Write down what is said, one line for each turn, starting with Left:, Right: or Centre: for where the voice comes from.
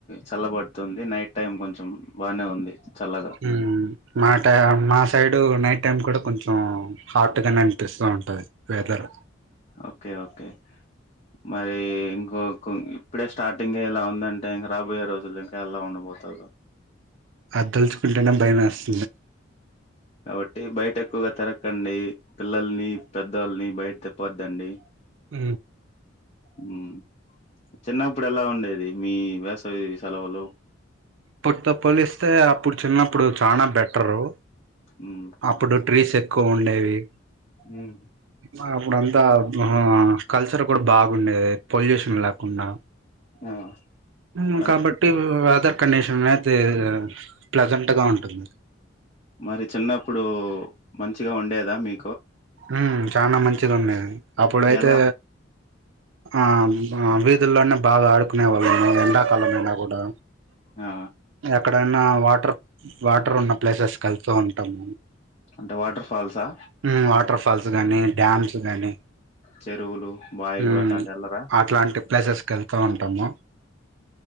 Left: చల్లబడుతుంది నైట్ టైమ్ కొంచెం బానే ఉంది చల్లగా
Right: ఉమ్ మా ట మా సైడు నైట్ టైం కూడా కొంచెం హాట్ గనే అనిపిస్తూ ఉంటది వెదర్
Left: ఓకే ఓకే మరి ఇంకొక ఇప్పుడే స్టార్టింగ్ ఇలా ఉందంటే, ఇంకా రాబోయే రోజులు ఇంకా ఎలా ఉండబోతాదో
Right: ఆదితలుచుకుంటేనే భయమేస్తంది
Left: అవు టె బయట ఎక్కువగా తిరగకండి పిల్లల్ని పెద్దొళ్ళని బయట తిప్పోద్దండి
Right: ఊ
Left: ఊ చిన్నప్పుడు ఎలా ఉండేది మీ వేసవి సెలవులు
Right: ఇప్పుడుతో పోలిస్తే అప్పుడు చిన్నప్పుడు చానా బెటరు,
Left: ఉమ్
Right: అప్పుడు ట్రీస్ ఎక్కువ ఉండేవి
Left: ఉమ్
Right: <inaudible> అప్పుడు అంతా ఆ కల్చర్ కూడా బాగుండేది పొల్యూషన్ లేకుండా
Left: ఆ
Right: మ్
Left: మరి
Right: కాబట్టి వెదర్ కండిషన్ అనేది ప్లెజెంట్ గా ఉంటుంది
Left: మరి చిన్నప్పుడు మంచిగా ఉండేదా మీ
Right: ఆ చాలా మంచిగా ఉండేది అప్పుడు అయితే
Left: ఎలా
Right: ఆ వీధుల్లోనే బాగా ఆడు కునే వాళ్ళ ఎండాకాలం అయినా కూడా
Left: ఆ
Right: ఎక్కడనా వాటర్ వాటర్ ఉన్న ప్లేసెస్ కళ్తూ ఉంటాము
Left: అంటే వాటర్ ఫాల్సా
Right: మ్ వాటర్ ఫాల్స్ గానీ డ్యామ్స్ గాని
Left: చెరువులు బాయిలు
Right: మ్
Left: అట్లాంటి వెళ్ళరా
Right: అట్లాంటి ప్లేసెస్ కి వెళ్త ఉంటాము